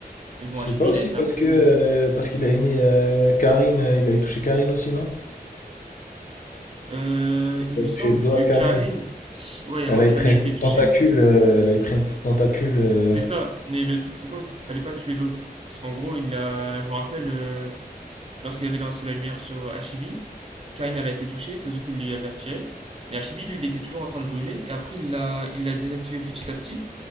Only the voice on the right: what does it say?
Mais bon,
Hachibi,
il a été
un peu
plus.
Euh, il
me
semble
que
Karin.
Ouais, il y
a moins
qu'elle
ait
été
touchée.
C-
C'est ça. Mais le truc, c'est quoi C'est qu'il fallait pas tuer l'autre. Parce qu'en gros, il a. Je me rappelle, euh, lorsqu'il avait lancé la lumière sur Hachibi, Karin, elle a été touchée, Suzuki lui avait retiré. Mais Hachibi, lui, il était toujours en train de brûler. Et après, il l'a il l'a désactivé petit à petit.